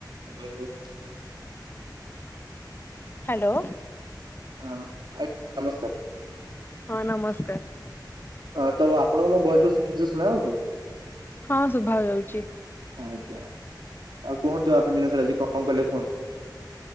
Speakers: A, on the right; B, on the left.
A: Hello.
B: Hello.
A: ହଁ ଆ hello sir.
B: ହଁ ନମସ୍କାର।
A: ହଁ ତ ଆପଣଙ୍କୁ ମୋ ଭଏସଟା ଠିକ ସେ ଶୁଣା ହଉଛି?
B: ହଁ ଶୁଭା ଯାଉଛି।
A: ଆଜ୍ଞା ଆଉ କୁହନ୍ତୁ ଆପଣ ଦିନ ସାରା ଆଜି କଣ କଲେ କୁହନ୍ତୁ?